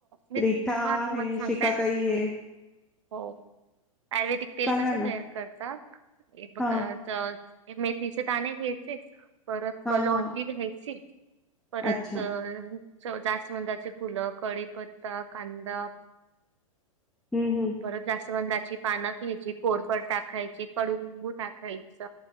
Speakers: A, on the right; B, in the centre.
A: मी
B: रिठा
A: हा
B: आहे
A: तुम्हाला सांगताय
B: शिकाकाई आहे
A: हो आयुर्वेदिक तेल
B: सांगा
A: कस
B: ना
A: तयार करतात बघ
B: हा
A: ज मेथीचे दाणे घ्यायचे परत
B: हा
A: कलोंजी
B: हा
A: घ्यायची परच
B: अच्छा
A: जास्वंदाचे फुल कडीपत्ता कांदा
B: हम्म हम्म
A: परत जास्त मण पानं घ्यायची, कोरफड, टाकायची कडुलिंबू, टाकायच